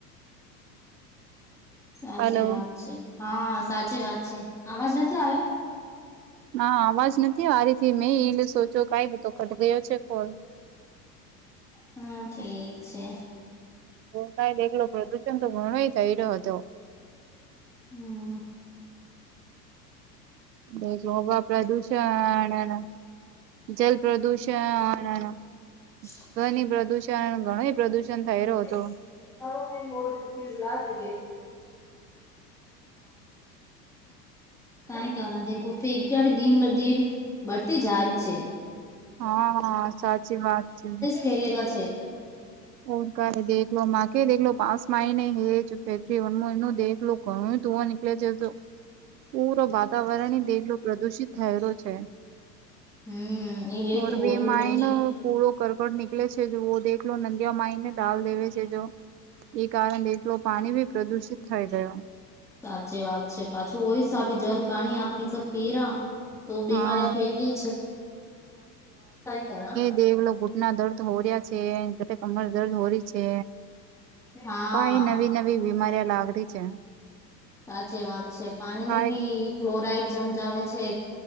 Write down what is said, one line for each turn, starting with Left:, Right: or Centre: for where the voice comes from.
Centre: સાચી
Right: હલો
Centre: વાત છે હા સાચી વાત છે આવાજ નથી આવે
Right: ના અવાજ નથી આરીથી મેં એલે સોચો કઈ બધો ઘટ ગયો છે કોલ
Centre: હા ઠીક છે.
Right: કઈ એકલો પડ ત તો ઘણો થઈ રહ્યો હતો
Centre: હમ્મ
Right: બે હવા પ્રદૂષણના જલ પ્રદૂષણ
Centre: <inaudible>
Right: ધ્વાની પ્રદુષણ ઘણો પ્રદુષણ થઈ રહ્યો
Centre: <unintelligible>
Right: હતો
Centre: અચી વાત છે કઈ કરો દેખો ફે આવી દિન બ દિન બળતી જારી છે
Right: હા હા સાચી વાત છે
Centre: ફેલે ગયા છે
Right: ઓ ક દેખલો માકે દેખલો પાઉસ માય નને હેજ ફેકરી વનું એનું દેખલો ઘણો ધૂ ઓ પલે જો
Centre: <inaudible>
Right: પૂરો વાતાવરણ દેગલો પ્રદુષિત થયેલો છે
Centre: હમ્મ એ લે
Right: ઓર
Centre: તો બોલું
Right: ભી માયનો
Centre: મેં ભી
Right: કૂડો કરકટ નિકલે છે દેખલો લો નંદ માઈને ડાલ દેવે છે જો એ કારણે એટલો પાણી ભી પ્રદુષિત થઈ ગયો
Centre: સાચી વાત છે પાછું હોયશ આપી જલ પાણી આપી સ પીરા તો બીમારી
Right: હા
Centre: ફેલ છે કઈ કર
Right: દ લોકો ગૂટના દર્દ હોર્યા છે ઘટક અમર દર્દ હોરી છે.
Centre: હા
Right: કઈ નવી નવી બીમારી લાગડી છે.
Centre: સાચી વાત છે પાણી મે
Right: કઈ
Centre: ભી ક્લોરાઈડ જમ જાવ છે.